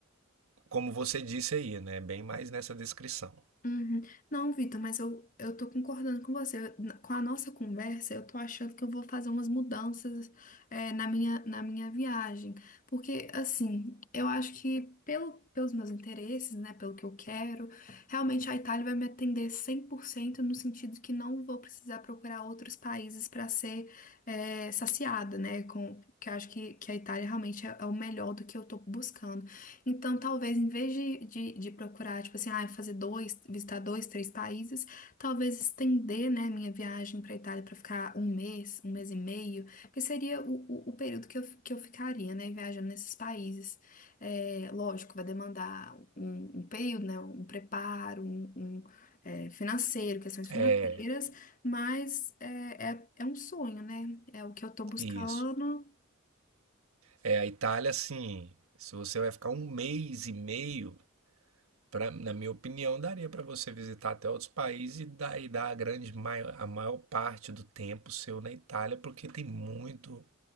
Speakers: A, on the right; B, on the left.
A: como você disse aí, né? Bem mais nessa descrição.
B: Uhum. Não, Vitor, mas eu, eu tô concordando com você. Na- Com a nossa conversa, eu tô achando que eu vou fazer umas mudanças, é, na minha, na minha viagem. Porque, assim, eu acho que pelo, pelos meus interesses, né, pelo que eu quero, realmente a Itália vai me atender 100% no sentido que não vou precisar procurar outros países para ser, é, saciada, né, com, que eu acho que, que a Itália realmente é, é o melhor do que eu tô buscando. Então, talvez em vez de, de, de procurar, tipo assim, ah, fazer dois, visitar dois, três países, talvez estender, né, minha viagem para Itália para ficar um mês, um mês e meio, que seria o, o, o período que eu, que eu ficaria, né, viajando nesses países. É, lógico, vai demandar um, um período, né, um preparo, um, um, é, financeiro, questões
A: É,
B: financeiras, mas é, é, é um sonho, né, é o que eu tô buscando.
A: isso. É, a Itália, assim, se você vai ficar um mês e meio, pra, na minha opinião, daria para você visitar até outros países e dar, e dar a grande maior, a maior parte do tempo seu na Itália, porque tem muito.